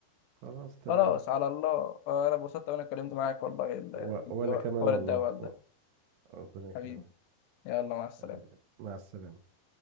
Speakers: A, on the right (about 80°); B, on the left (about 80°).
A: خلاص تمام
B: خلاص على الله آه، انا اتبسطت وانا اتكلمت معاك والله ال-
A: و...
B: في الدول-
A: وانا كمان
B: في حوار
A: والله
B: الدول ده
A: و... ربنا يكرمك
B: حبيبي يلا مع السلامة
A: أهلا وسهلا. مع السلامة